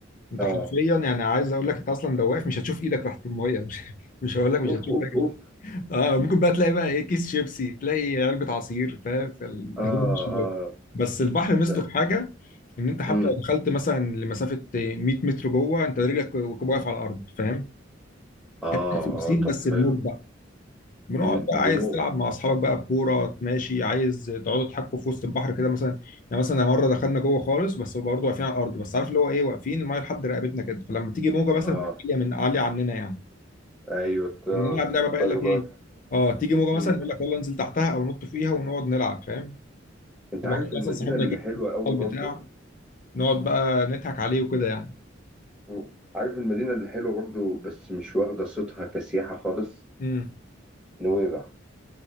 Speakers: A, on the left; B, in the centre.
A: انت
B: اه
A: حرفيا يعني عايز اقول لك انت اصلا لو واقف مش هتشوف ايدك تحت الميه مش <laughs> مش هقول لك مش
B: اوف
A: هتشوف
B: اوف
A: رجلك
B: اوف
A: اه ممكن بقى تلاقي بقى ايه كيس شيبسي تلاقي علبه عصير فاهم فال-
B: اه
A: هو مش اللي-
B: اه
A: بس البحر ميزته
B: لا
A: في حاجه ان انت حتى
B: امم
A: لو دخلت مثلا لمسافه 100 متر جوه انت رجلك واقف على الارض فاهم
B: اه
A: تمثيل
B: اه طب
A: بس
B: حلو
A: بموج بقى بنقعد
B: امم
A: بقى عايز
B: بموج
A: تلعب مع اصحابك بقى بكوره ماشي عايز تقعدوا تحكوا في وسط البحر كده مثلا يعني مثلا مره دخلنا جوه خالص بس برضه واقفين على الارض بس عارف اللي هو ايه واقفين المايه لحد رقبتنا كده فلما تيجي موجه مثلا
B: اه
A: تبقى عاليه من عاليه عننا يعني
B: ايوه
A: كنا نلعب
B: تضطر
A: لعبه بقى يقول لك
B: بقى
A: ايه اه تيجي موجه
B: مم.
A: مثلا يقول لك يلا انزل تحتها او نط فيها ونقعد نلعب فاهم
B: انت
A: واحد
B: عارف المدينه
A: مثلا صاحبنا
B: اللي
A: جه
B: حلوه قوي
A: البتاع
B: برضو
A: نقعد بقى نضحك عليه وكده يعني
B: مم. عارف المدينه اللي حلوه برضو بس مش واخده صيتها كسياحه خالص
A: امم
B: نويبع